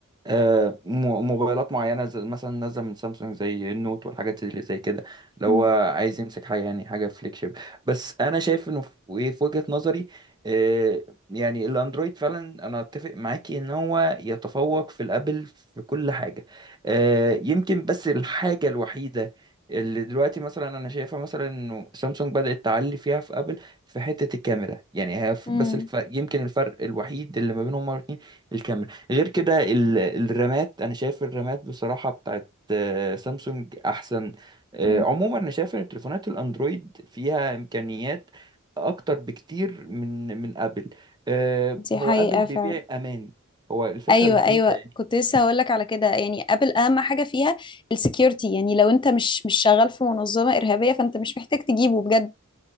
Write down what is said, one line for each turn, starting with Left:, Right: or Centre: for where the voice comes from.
Right: آه، مو- موبايلات معينة زي مثلا نازلة من سامسونج زي النوت والحاجات اللي زي كده لو
Left: امم
Right: هو عايز يمسك حاجة يعني حاجة فليج شيب بس أنا شايف إنه في في وجهة نظري آه، يعني الأندرويد فعلا أنا أتفق معاكي إن هو يتفوق في الأبل في كل حاجة آه، يمكن بس الحاجة الوحيدة اللي دلوقتي مثلا انا شايفها مثلا انه سامسونج بدأت تعلي فيها في ابل في حتة الكاميرا يعني هي ف-
Left: امم
Right: بس الف... يمكن الفرق الوحيد اللي ما بينهم هما الاتنين الكاميرا غير كده ال- الرامات انا شايف الرامات بصراحة بتاعت آه، سامسونج احسن آه،
Left: أمم.
Right: عموما انا شايف ان التليفونات الاندرويد فيها امكانيات اكتر بكتير من من ابل آه،
Left: دي
Right: هو
Left: حقيقة
Right: ابل بيبيع
Left: فعلا
Right: امان هو الفكرة
Left: ايوه
Right: الوحيدة
Left: ايوه كنت لسه هقول لك على كده يعني ابل اهم حاجه فيها السكيورتي يعني لو انت مش مش شغال في منظمه ارهابيه فانت مش محتاج تجيبه بجد